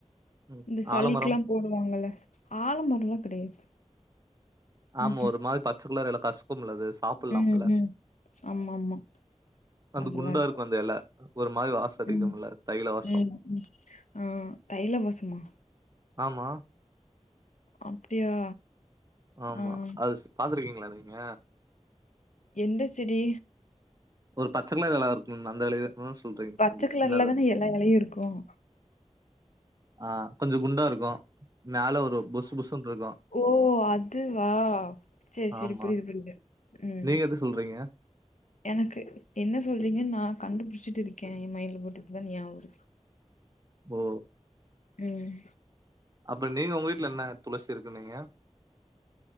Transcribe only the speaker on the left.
இந்த சளிக்லா
போடுவாங்கல்ல ஆழமரோலா கெடையாது
ம்ஹும்
ம் ம் ஆமா ஆமா
அதெல்லா
இருக்கு
ம்
ம் ம் ஆ தைல வாசமா
அப்டியா
ஆ
எந்த செடி
பச்ச
கலர்ல
தானே எல்லா எலையும் இருக்கும்
ஓ அதுவா செரி செரி
புரியுது புரியுது ம்
எனக்கு என்ன சொல்றீங்கன்னு நா கண்டுபிடிச்சிட்டு இருக்கே என் மைன்ட்ல போட்டுட்டு தான் ஞாபகம் வருது
ம்